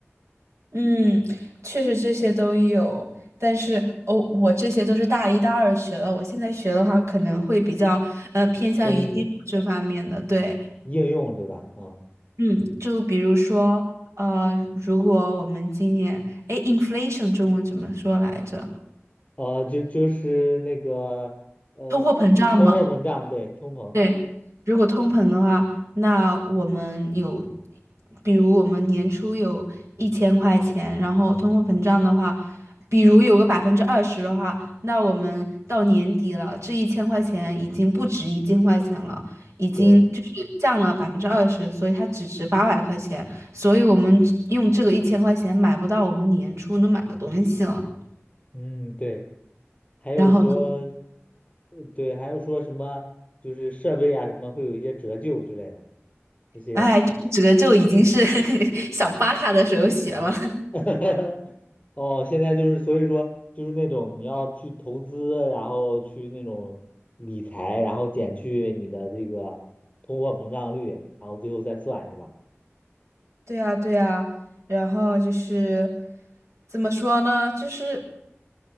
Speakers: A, on the right (about 90°); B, on the left (about 25°).
A: 嗯，确实这些都有，但是哦，我这些都是大一大二学的，我现在学的话可能会比较呃偏向于基础这方面的，
B: 深一点
A: 对，
B: 应用对吧？啊、
A: 嗯，就比如说呃，如果我们今年，哎 i n f lation 中文怎么说来着？
B: 呃，就就是那个呃，
A: 通货膨胀吗？
B: 通货膨胀，对，通膨，
A: 对，如果通膨的话，那我们有，比如我们年初有一千块钱，然后通货膨胀的话，比如有个百分之二十的话，那我们到年底了，这一千块钱已经不值一千块钱了，已经就是降了百分之二十，
B: 对，
A: 所以它只值八百块钱，所以我们只用这个一千块钱买不到我们年初能买的东西了，
B: 嗯，对，还有说，
A: 然后，
B: 呃对，还有说什么，就是设备啊什么会有一些折旧之类的，这些，
A: 哎，这个就已经是 <laughs> 小巴卡的时候学了。
B: <laughs> 哦，现在就是所以说就是那种你要去投资，然后去那种理财，然后减去你的这个通货膨胀率，然后最后再算是吧？
A: 对呀，对呀，然后就是怎么说呢？就是